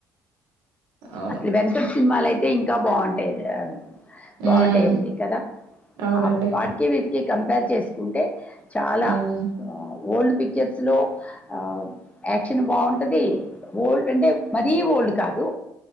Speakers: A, on the right (about 75°); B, on the left (about 20°).
A: అవును
B: అసలు వెంకట్ సినిమాల అయితే, ఇంకా బాగుంట్ <inaudible> బాగుంటాయండి
A: ఉమ్
B: కదా,
A: అవునండి
B: ఆ వాటికి వీటికి కంపేర్ చేసుకుంటే చే చాలా,
A: ఉమ్
B: ఓల్డ్. పిక్చర్స్ లో ఆ యాక్షన్ బాగుంటది, ఓల్డ్ అంటే మరీ ఓల్డ్ కాదు.